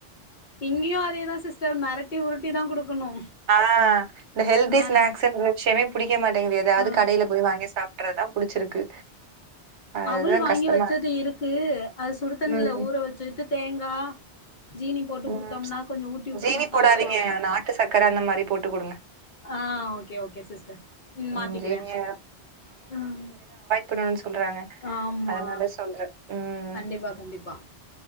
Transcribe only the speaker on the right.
ஆ இந்த ஹெல்தி
ஸ்நாக்ஸ்ன்ற விஷயமே புடிக்க மாட்டிக்குது எதாவது
கடையில போய் வாங்கி சாப்ட்றதுதா புடிச்சிருக்கு அதுதான்
கஷ்டமா
ம்.
ம்.
ஜீனி
போடாதீங்க. நாட்டு சர்க்கரை அந்த மாரி போட்டு குடுங்க.
ம்.
ஜீனிய
பண்ணனு சொல்றாங்க
அதனால சொல்றேன். ம்.